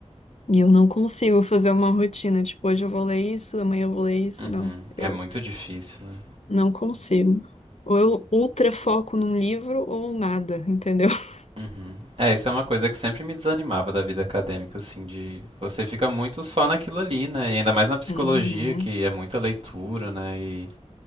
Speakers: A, on the left; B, on the right.
A: E eu não consigo fazer uma rotina, tipo, hoje eu vou ler isso, amanhã eu vou ler isso.
B: uhum.
A: Não,
B: É
A: eu
B: muito difícil, né?
A: não consigo. Ou eu ultra foco num livro ou nada, entendeu? <laughs>
B: Uhum. É, isso é uma coisa que sempre me desanimava da vida acadêmica, assim, de você fica muito só naquilo ali, né? E ainda mais na psicologia,
A: Uhum.
B: que é muita leitura, né? E